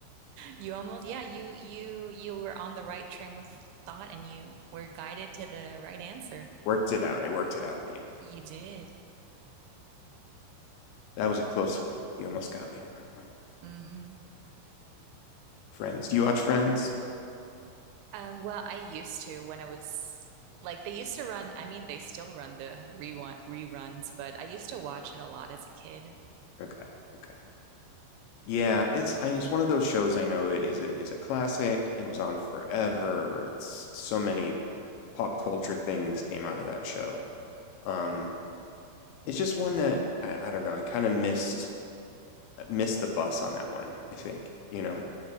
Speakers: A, on the right; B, on the left.
A: You almost, yeah, you you you were on the right train of thought and you were guided to the right answer.
B: worked it out. I worked it out at the end.
A: You did.
B: That was a close one. You almost got me on that one.
A: hmm
B: Friends. Do you watch Friends?
A: Um, well, I used to when I was like they used to run, I mean they still run the rerun reruns, but I used to watch it a lot as a kid.
B: Okay. Okay. Yeah, it's I mean, it's one of those shows I know is a, is a classic. It was on forever. It's so many pop culture things came out of that show. Um, it's just one that I, I don't know. I kind of missed missed the bus on that one. I think you know